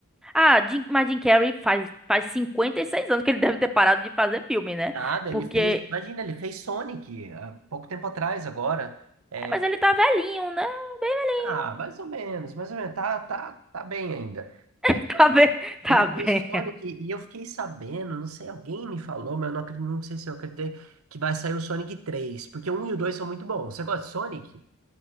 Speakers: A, in the centre; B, on the right (about 75°).
A: Ah, Jim, mas Jim Carrey faz, faz 56 anos que ele <laughs> deve ter parado de fazer filme, né?
B: Nada,
A: Porque.
B: ele fez, imagina, ele fez Sonic há pouco tempo atrás agora. É,
A: Mas ele tá velhinho, né? Bem velhinho.
B: ah, mais ou menos, mais ou menos, tá, tá, tá bem ainda.
A: <laughs>
B: É,
A: Tá bem, tá
B: ele
A: bem.
B: fez Sonic e eu fiquei sabendo, não sei, alguém me falou, mas eu não, acre- não sei se eu acreditei, que vai sair o Sonic 3 porque o 1 e o 2 são muito bons. Você gosta de Sonic?